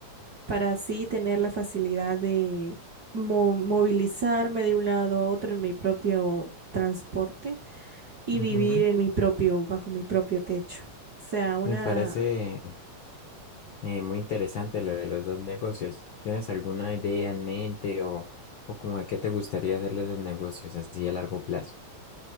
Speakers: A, on the right; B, on the left.
A: para así tener la facilidad de mo- movilizarme de un lado a otro en mi propio transporte y
B: ujú.
A: vivir en mi propio, bajo mi propio techo. O sea, una,
B: Me parece eh, muy interesante lo de los dos negocios. ¿Tienes alguna idea en mente o, o como de qué te gustaría hacer de esos negocios así a largo plazo?